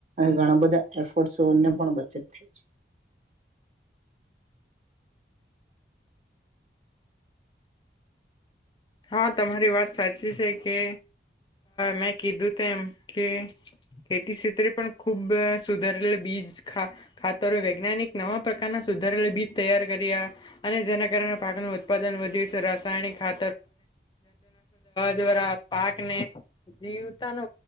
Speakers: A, on the right (about 40°); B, on the left (about 25°).
A: ઘણા બધા એફર્ટને પણ જ <unintelligible>
B: હા તમારી વાત સાચી છે કે મેં કીધું તેમ કે ખેતી ક્ષેત્રે પણ ખુબ સુધારેલ બીજા ખાતરો વૈજ્ઞાનિક નવા પ્રકારના સુધારેલ બીજ તૈયાર કર્યા અને જેના કારણે પાકનું ઉત્પાદન વધ્યું છે રાસાયણિકા દ્વારા પાકને જીવતાનો